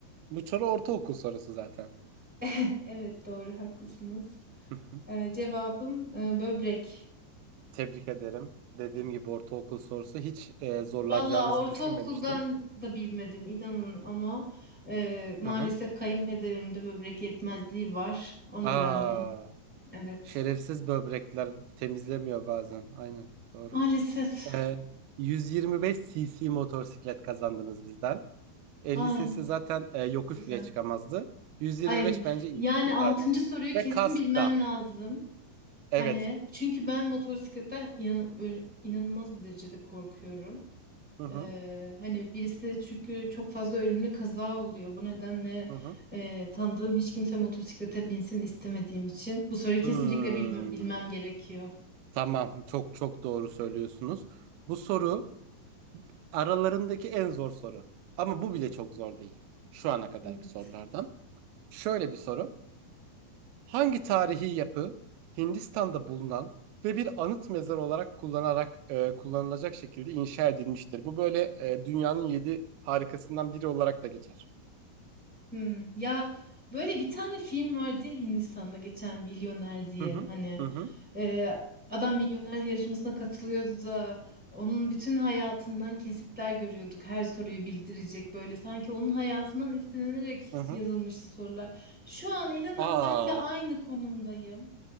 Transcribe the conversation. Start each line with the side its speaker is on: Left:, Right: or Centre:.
Right: Bu soru ortaokul sorusu zaten.
Centre: <laughs> Evet doğru haklısınız.
Right: Hı hı.
Centre: Ee, cevabım e, böbrek.
Right: Tebrik ederim. Dediğim gibi ortaokul sorusu hiç e, zorlanacağınızı
Centre: Valla ortaokuldan
Right: düşünmemiştim.
Centre: da bilmedim inanın ama e, maalesef
Right: Hı hı.
Centre: kayınpederimde böbrek yetmezliği var. O nedenle
Right: Aa,
Centre: evet.
Right: şerefsiz böbrekler temizlemiyor bazen. Aynen doğru.
Centre: Maalesef.
Right: Ee, 125 cc motosiklet kazandınız bizden. 50
Centre: Ay,
Right: cc zaten e, yokuş
Centre: güzel.
Right: bile çıkamazdı. 125
Centre: Ay,
Right: bence iyi.
Centre: yani altıncı
Right: Aynen.
Centre: soruyu
Right: Ve
Centre: kesin
Right: kask
Centre: bilmem
Right: da.
Centre: lazım. Hani
Right: Evet.
Centre: çünkü ben motosikletten inan- ö- inanılmaz bir derecede korkuyorum.
Right: Hı hı.
Centre: Ee, hani birisi çünkü çok fazla ölümlü kaza oluyor. Bu nedenle
Right: Hı hı.
Centre: e, tanıdığım hiç kimse motosiklete binsin istemediğim için. Bu soruyu kesinlikle
Right: Hmm.
Centre: bilme- bilmem gerekiyor.
Right: Tamam, çok çok doğru söylüyorsunuz. Bu soru aralarındaki en zor soru. Ama bu bile çok zor değil. Şu ana kadarki
Centre: Evet.
Right: sorulardan. Şöyle bir soru. Hangi tarihi yapı Hindistan'da bulunan ve bir anıt mezar olarak kullanarak e, kullanılacak şekilde inşa edilmiştir? Bu böyle e, dünyanın yedi harikasından biri olarak da geçer.
Centre: Hmm, ya böyle bir tane film vardı ya Hindistan'da geçen Milyoner diye
Right: Hı hı.
Centre: hani
Right: Hı hı.
Centre: e, adam milyoner yarışmasına katılıyordu da onun bütün hayatından kesitler görüyorduk her soruyu bildirecek böyle sanki onun hayatından esinlenerek
Right: Hı hı.
Centre: yazılmıştı sorular. Şu an inanın
Right: Aa.
Centre: ben de aynı konumdayım.